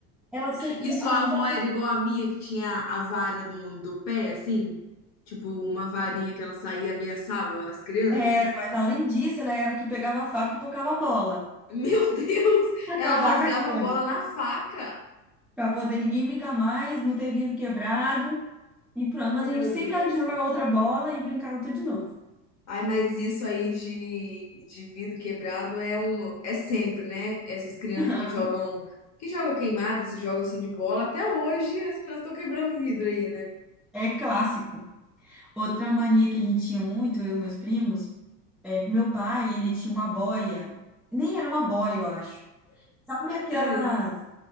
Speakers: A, in the centre; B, on the left.
A: Ela sem,
B: E
A: e
B: sua
A: acho
B: avó
A: que ela
B: era
A: sem,
B: igual a minha, que tinha a vara do, do pé, assim, tipo, uma varinha que ela saía e ameaçava as crianças.
A: era, mas além disso, ela era que pegava a faca e pocava a bola.
B: Meu <laughs> Deus,
A: Pra acabar
B: ela rasgava
A: com a história.
B: a bola na faca.
A: Pra poder ninguém brincar mais, não ter vidro quebrado. E pronto,
B: Meu
A: mas a gente sempre
B: Deus.
A: arranjava outra bola e brincava tudo de novo.
B: Ai, mas isso aí de, de vidro quebrado é um, é sempre, né? Essas crianças
A: <laughs>
B: que jogam, que jogam queimada, esse jogo assim de bola, até hoje as crianças estão quebrando vidro aí, né?
A: É clássico. Outra mania que a gente tinha muito, eu e meus primos, É que meu pai, ele tinha uma boia. Nem era uma boia, eu acho. Sabe aquelas.
B: Ah,